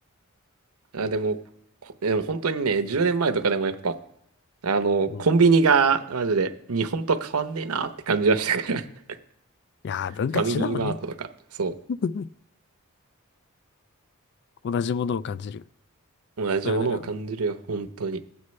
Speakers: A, on the right; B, on the left.
A: あ、でも、こでも本当にね、10年前とかでもやっぱ、あの、
B: もう。
A: コンビニがマジで日本と変わんねえなって感じはしたから。<laughs>
B: いやー、文化一緒だもんね。
A: ファミリーマートとか、そう。
B: <laughs> 同じものを感じる。
A: 同じものを感じるよ、
B: な、なんか、
A: 本当に。い